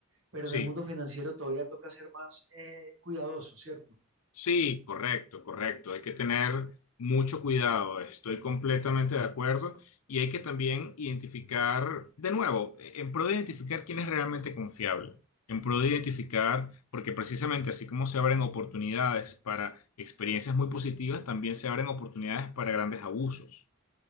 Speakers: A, on the right; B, on the left.
A: pero
B: Sí.
A: en el mundo financiero todavía toca ser más eh, cuidadoso, ¿cierto?
B: Sí, correcto, correcto. Hay que tener mucho cuidado. Estoy completamente de acuerdo. Y hay que también identificar, de nuevo, en pro de identificar quién es realmente confiable. En pro de identificar, porque precisamente así como se abren oportunidades para experiencias muy positivas, también se abren oportunidades para grandes abusos.